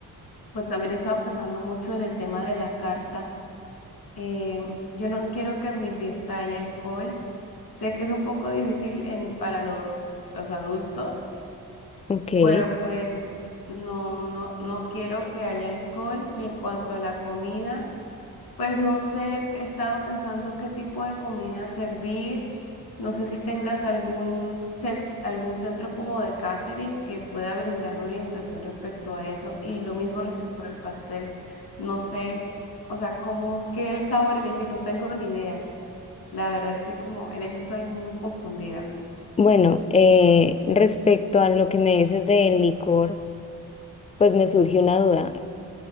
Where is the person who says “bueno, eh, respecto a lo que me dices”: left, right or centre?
Left